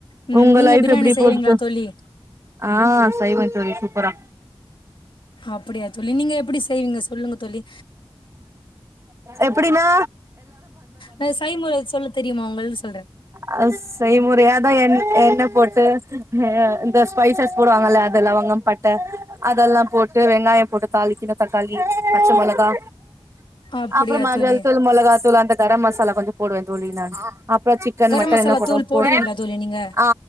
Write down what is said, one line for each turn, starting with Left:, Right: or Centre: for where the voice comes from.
Left: ம்
Right: உங்க
Left: நீங்க
Right: லைஃப்
Left: பிரியாணி
Right: எப்டி
Left: செய்வீங்களா
Right: போது தோ
Left: தோழி
Right: ஆ செய்வ தோழி சூப்பரா
Left: அப்டியா தோழி நீங்க எப்படி செய்வீங்க சொல்லுங்க தோழி
Right: எப்பிடின்னா
Left: ந செய்முறை சொல்ல தெரியுமா உங்களுக் சொல்ற
Right: ஆ செய்முறையாதா என் எண்ணெ போட்டு இந்த ஸ்பைசஸ் போடுவாங்கல்ல அது லவங்கம் பட்ட அதெல்லா போட் போட்டு வெங்காயம் போட்டு தாளிக்கனு தக்காளி பச்ச மொளகா
Left: அப்படியா
Right: அப்புற மஞ்சள்
Left: தோழி
Right: தூள் மொளகாத்தூள் அந்த கரம் மசாலா கொஞ்ச போடுவேன் தோழி நானு அப்புற சிக்கன்
Left: கரம்
Right: மட்டன்
Left: மசாலா
Right: என்ன போடுறோம்
Left: தூள் போடுவீங்களா
Right: போட்டு
Left: தோழி நீங்க
Right: ஆ